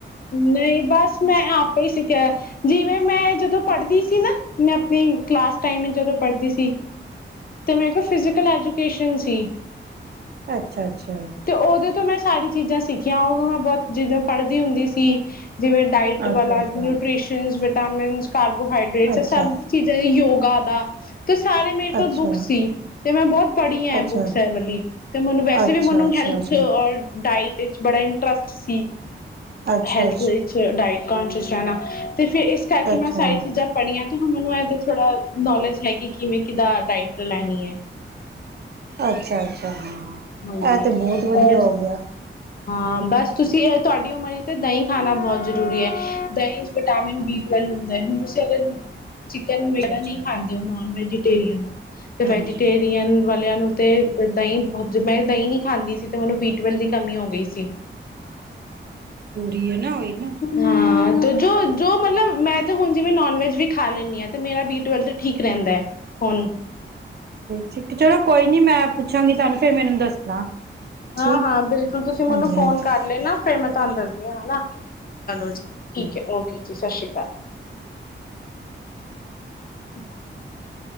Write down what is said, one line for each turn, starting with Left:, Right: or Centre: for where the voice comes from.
Left: ਨਹੀਂ ਬਸ ਮੈਂ ਆਪੇ ਹੀ ਸਿੱਖਿਆ, ਜਿਵੇਂ ਮੈਂ ਜਦੋਂ ਪੜ੍ਹਦੀ ਸੀ ਨਾ ਮੈਂ ਆਪਣੀ ਕਲਾਸ ਟਾਈਮ ਜਦੋਂ ਪੜ੍ਹਦੀ ਸੀ। ਤੇ ਮੈਂ ਕਿਹਾ ਫਿਜ਼ਕਲ ਐਜੂਕੇਸ਼ਨ ਸੀ।
Right: ਅੱਛਾ-ਅੱਛਾ,
Left: ਤੇ ਉਹਦੇ ਤੋਂ ਮੈਂ ਸਾਰੀੀਆਂ ਚੀਜ਼ਾਂ ਸਿੱਖੀਆਂ ਉਹਨੂੰ ਮੈਂ ਬਹੁਤ ਜਿਦੋਂ ਪੜ੍ਹਦੀ ਹੁੰਦੀ ਸੀ। ਸੀ, ਜਿਵੇਂ ਡਾਇਟ
Right: ਅੱਛਾ
Left: ਵਾਲਾ
Right: ਅੱਛਾ
Left: ਨਿਊਟ੍ਰੀਸ਼ਨ, ਤਾਮਿਲ ਕਾਰਬੋਹਾਈਡਰੇਟਸ
Right: ਅੱਛਾ
Left: ਸਭ ਚੀਜ਼ਾਂ ਯੋਗਾ ਦਾ, ਤੇ ਸਾਰੇ ਮੇਰੇ ਕੋਲ
Right: ਅੱਛਾ ਅੱਛਾ
Left: ਬੁੱਕਸ ਸੀ ਤੇ ਮੈਂ ਬਹੁਤ ਪੜ੍ਹੀ ਆ ਇਹ
Right: ਅੱਛਾ
Left: ਬੁੱਕਸ ਵਾਲੀ ਤੇ ਮੈਨੂੰ ਵੈਸੇ
Right: ਅੱਛਾ
Left: ਵੀ ਮੈਨੂੰ ਹੈਲਥ
Right: ਅੱਛਾ
Left: ਔਰ ਡਾਇਟ ਇਹ ਬੜਾ ਇੰਟਰਸਟ ਸੀ।
Right: ਅੱਛਾ
Left: ਹੈਲਥ
Right: ਅੱਛਾ ਅੱਛਾ
Left: ਵਿੱਚ ਡਾਇਟ ਕੋਂਸ਼ੀਅਸ ਰਹਿਣਾ, ਤੇ ਫਿਰ ਇਸ ਕਰਕੇ
Right: ਅੱਛਾ
Left: ਮੈਂ ਸਾਰੀ ਚੀਜ਼ਾਂ ਪੜ੍ਹੀਆਂ। ਇਹਦੇ ਥੋੜਾ ਨੋਲੇਜ ਹੈਗੀ ਕਿਵੇਂ ਕਿਾਂ ਡਾਇਟਰ ਲੈਣੀ ਹੈ।
Right: ਅੱਛਾ-ਅੱਛਾ ਹਾਂ। ਇਹ
Left: ਹਾਂਜੀ
Right: ਤੇ ਬਹੁਤ ਵਧੀਆ
Left: ਔਰ
Right: ਹੋਗਿਆ।
Left: ਹਾਂ ਬਸ, ਤੁਸੀਂ ਤੁਹਾਡੀ ਉਮਰ ਤੇ ਦਹੀਂ ਖਾਣਾ ਬਹੁਤ ਜ਼ਰੂਰੀ ਹੈ ਦਹੀਂ ਵਿਟਾਮਿਨ ਬੀ ਟਵੇਲਵ ਹੁੰਦਾ ਹੈ ਹੁਣ ਤੁਸੀਂ ਅਗਰ ਚਿਕਨ
Right: ਅੱਛਾ
Left: ਵਗੈਰਾ
Right: ਅੱਛਾ
Left: ਨਹੀਂ ਖਾਂਦੇ ਉਹ ਨੋਨ ਵੈਜ ੇਰੀਆਂ ਨੂੰ <unintelligible> ਤੇ
Right: ਹਾਂਜੀ
Left: ਵੈਜੀਟੇਰੀਅਨ ਨੂੰ ਤੇ ਦਹੀਂ ਜੀ ਮੈਂ ਦਹੀਂ ਨਹੀਂ ਖਾਂਦੀ ਸੀ ਤੇ ਮੈਨੂੰ ਬੀ ਟਵੈਲਵ ਦੀ ਕਮੀ ਹੋ ਗਈ ਸੀ
Right: ਏ ਨਾ ਹੋਏ ਨਾ <unintelligible>
Left: ਹਾਂ ਜੋ ਜੋ ਮਤਲਬ ਮੈਂ ਤੇ ਹੁਣ ਜਿਵੇਂ ਨੋਨਵੈਜ ਵੀ ਖਾ ਲੈਂਦੀ ਹਾਂ ਤੇ ਮੇਰਾ ਬੀਟ ਟਵੇਲਵ ਠੀਕ ਰਹਿੰਦਾ ਹੈ ਹੁਨ
Right: ਠੀਕ ਚਲੋ ਕੋਈ ਨੀ ਮੈਂ ਪੁੱਛਾਂਗੀ ਤੁਹਾਨੂੰ ਫੇਰ ਮੈਨੂੰ ਦੱਸਣਾ ਠੀਕ
Left: ਹਾਂ ਹਾਂ ਬਿਲਕੁਲ ਤੁਸੀਂ ਮੈਨੂੰ
Right: ਹਾਂਜੀ
Left: ਫੋਨ
Right: ਹਾਂਜੀ
Left: ਕਰ ਲਏ ਨਾ ਫੇਰ ਮੈਂ ਤੁਹਾਨੂੰ ਦੱਸਦੀ ਹਾਂ ਹੇਨਾ ਚਲੋ ਠੀਕ ਹੈ ਓਕੇ ਜੀ ਸਤਿ ਸ਼੍ਰੀ ਅਕਾਲ ਹ <unintelligible>